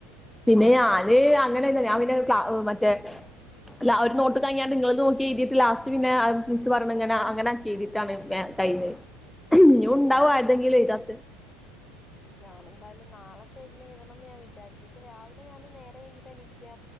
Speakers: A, in the centre; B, on the left (about 20°).
A: പിന്നെ ഞാന് അങ്ങനൊന്നല്ല ഞാൻ പിന്നെ ക്ല മറ്റേ അല്ല ഒരു നോട്ട് കഴിഞ്ഞാണ്ട് ഇങ്ങളത് നോക്കി എഴുതിയിട്ട് ലാസ്റ്റ് പിന്നെ ആ മിസ്സ് പറഞ്ഞ ഞാൻ അങ്ങനാക്കി എയ്തിട്ടാണ് വേം കയ്ഞ്ഞത്. ഇഞ്യും ഉണ്ടാവും
B: ഏഹ്
A: ആരേതെങ്കിലും എയ്താത്തെ
B: ഞാനെന്തായാലും നാളൊക്കെ ഇരുന്ന് എഴുതണന്ന് ഞാൻ വിചാരിക്കും പക്ഷെ രാവിലെ ഞാനും നേരം വൈകീട്ട എണീക്ക